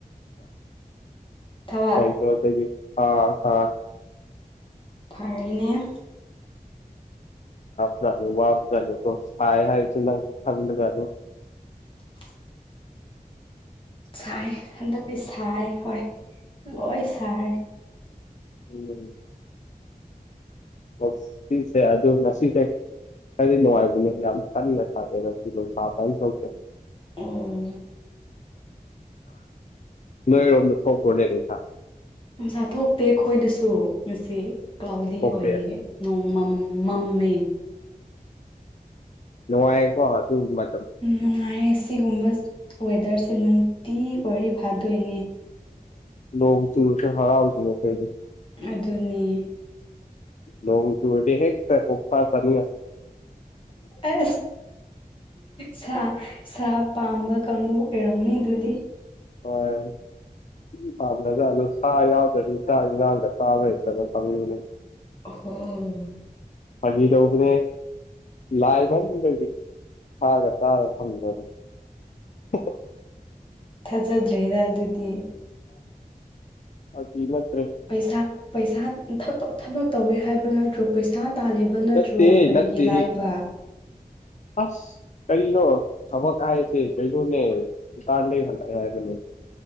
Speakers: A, on the left; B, on the left.
A: ꯊꯕꯛ
B: ꯀ ꯀ ꯆ ꯍꯥ ꯍꯥ
A: ꯐꯔꯤꯅꯦ
B: ꯍꯥꯐꯨ ꯋꯥꯐꯣ ꯍꯥꯏ ꯍꯥꯏ ꯆ ꯅꯪ ꯈꯗ ꯀꯨ
A: <inaudible> ꯆꯥꯏ ꯊꯥꯟꯗ ꯄꯤ ꯁꯥꯏ ꯍ ꯂꯣꯏ ꯆꯥꯏ
B: ꯎꯝ ꯃꯁꯤꯁꯦ ꯑꯗꯨ ꯉꯁꯤꯖꯦ ꯀꯔꯤ ꯅꯨꯡꯉꯥꯏꯕꯅꯦ ꯌꯥꯝ ꯀꯟꯅ ꯁꯥꯒꯦꯁꯤꯗꯣ ꯁꯥꯕ ꯊꯣꯛꯀꯦ <inaudible>
A: ꯎꯝ
B: ꯅꯣꯏꯔꯣꯝꯗ ꯊꯣꯛꯣꯛꯈ꯭ꯔꯣꯅꯦ ꯑꯗꯨ ꯁꯥ
A: ꯎꯁꯥ ꯊꯣꯛꯇꯦ ꯑꯩꯈꯣꯏꯗꯁꯨ ꯉꯁꯤ ꯀ꯭ꯂꯥꯎꯗꯤ
B: ꯊꯣꯛꯇꯦ
A: ꯑꯣꯏꯌꯦ ꯅꯣꯡꯃꯝ ꯃꯝꯃꯦ
B: ꯅꯅꯨꯡꯉꯀ ꯑꯗꯨ ꯃ
A: ꯅꯨꯡꯉꯥꯏꯌꯦ ꯁꯤꯒꯨꯝꯕ ꯋꯦꯗꯔꯁꯦ ꯅꯨꯡꯇꯤ ꯑꯣꯏꯔꯦ ꯐꯥꯗꯣꯏꯅꯦ
B: ꯂ ꯆꯨꯁ ꯍꯥꯔꯥꯎꯖꯕ ꯄꯦ
A: ꯑꯗꯨꯅꯤ
B: ꯂꯣꯡ ꯆ ꯍꯦ ꯐꯔꯅꯤ
A: ꯑ ꯁꯥ ꯁꯥ ꯄꯥꯝꯕ ꯀꯥꯡꯕꯨ ꯑꯣꯏꯔꯝꯅꯤ ꯑꯗꯨꯗꯤ
B: ꯍꯣꯏ ꯎ ꯐꯥꯝꯖꯥ ꯑꯗꯨꯨ ꯆ ꯌꯥꯎꯗꯗꯤꯗꯥ ꯉꯥꯡꯗ ꯆꯥꯕꯕ ꯐꯪꯅꯦ
A: ꯍꯝ
B: ꯑꯖꯤ ꯇꯧꯕꯅꯦ ꯂꯥꯏꯃꯟꯗꯒꯤ ꯊꯥꯒ ꯆꯥꯔ ꯐꯪꯖꯕꯅꯤ ꯍ
A: ꯊꯥꯖꯗ꯭ꯔꯦꯗ ꯑꯗꯨꯗꯤ
B: ꯑꯒ ꯇ꯭ꯔ
A: ꯄꯩꯁꯥ ꯄꯩꯁꯥ ꯊꯕꯛ ꯇꯧꯋꯤ ꯍꯥꯏꯕ ꯅꯠꯇ꯭ꯔꯣ ꯄꯩꯁꯥ ꯇꯥꯜꯂꯤꯕ ꯅꯠꯇ꯭ꯔꯣ
B: ꯅꯠꯇ
A: ꯀꯔꯤꯒꯤ
B: ꯅꯠꯇ
A: ꯂꯥꯏꯕ
B: ꯑꯁ ꯀꯔꯤꯅꯣ ꯊꯕꯀ ꯍꯥꯏꯥꯏꯁꯤ ꯀꯩꯅꯩꯅꯣꯅꯦ ꯀꯥꯥꯟ ꯂ ꯍꯂꯒ